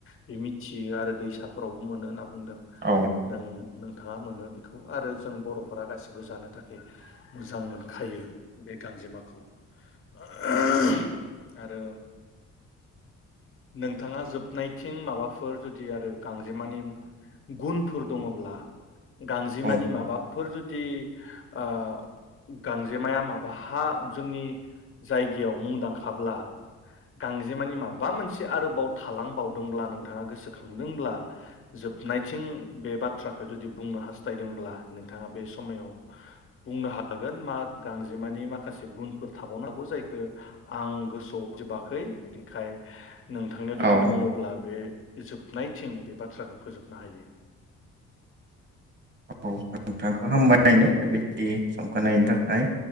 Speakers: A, on the left; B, on the right.
A: बे मिथियो आरो दैसाफोरावबो मोनो होनना बुङो बुंदों
B: औ
A: नों नोंथाङा मोनो बेखौ खौ आरो जों बर'फोरा गासिबो जानो थाखोय मोजां मोनखायो बे गांजेमाखौ <unintelligible> आरो नोंथाङा जोबनायथिं माबाफोर जुदि आरो गांजेमानि गुनफोर दङब्ला गांजेमानि
B: औ
A: माबा फोर जुदि ओ गांजेमाया माबाहा जोंनि जायगायाव मुंदां खाब्ला गांजेमानि माबा मोन से आरोबाव थालां बावदोंब्ला नों नोंथाङा गोसोखांदोंब्ला जोबनायथिं बे बाथ्राखो जुदि बुंनो हास्थायदोंब्ला नोंथाङा बे समायाव बुंनो हागोन मा गांजेमानि माखासे गुनफोर थाबावनो हागौ जायखो आं गोसोआव जोबाखै बिनि खाय नोंथांनियाव जुदि
B: औ
A: दङब्ला बे जोबनायथिं बे बाथ्राखो फोजोबनो हायो।
B: औ नोंथांखौ हामबायहोनदों बेबायदि संखोनायनि थाखाय